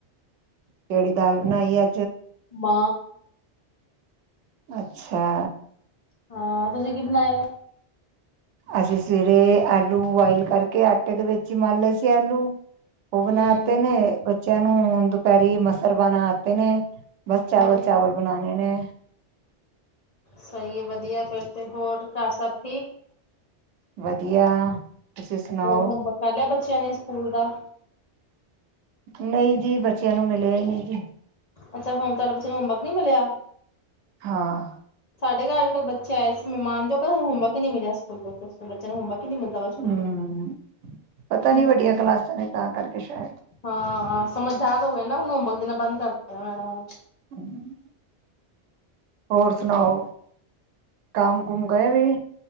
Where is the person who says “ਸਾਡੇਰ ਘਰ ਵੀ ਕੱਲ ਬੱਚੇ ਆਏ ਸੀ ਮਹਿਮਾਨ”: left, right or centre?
Left